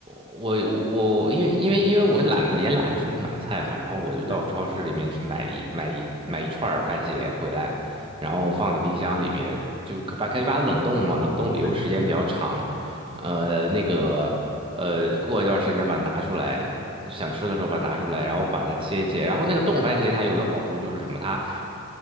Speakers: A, on the right; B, on the left.
A: 我我我因为因为因为我懒得也懒得出去买菜嘛，
B: 嗯，嗯，
A: 然后我就到超市里面去买一买一买一串儿番茄回来，
B: 对，嗯，
A: 然后放到冰箱里面，就可把可以把它冷冻嘛，冷冻理由时间比较长，
B: 对对对，是的，
A: 呃，那个呃，过一段时间把它拿出来，想吃的时候把它拿出来，然后把它切一切，然后那个冻番茄它有一个好处就是什么，它